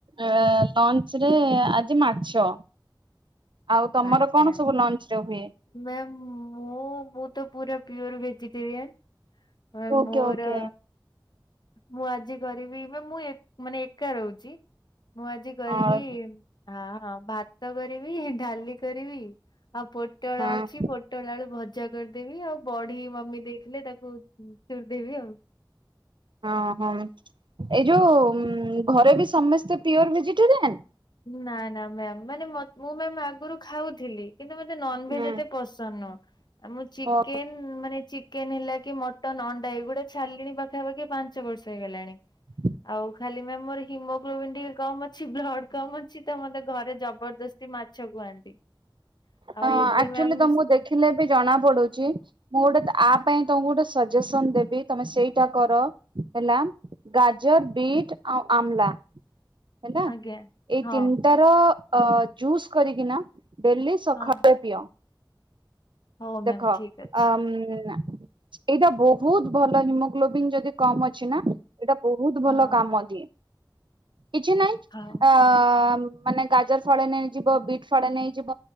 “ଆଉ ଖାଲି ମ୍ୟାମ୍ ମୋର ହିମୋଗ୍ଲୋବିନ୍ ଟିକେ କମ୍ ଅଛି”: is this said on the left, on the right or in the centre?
Left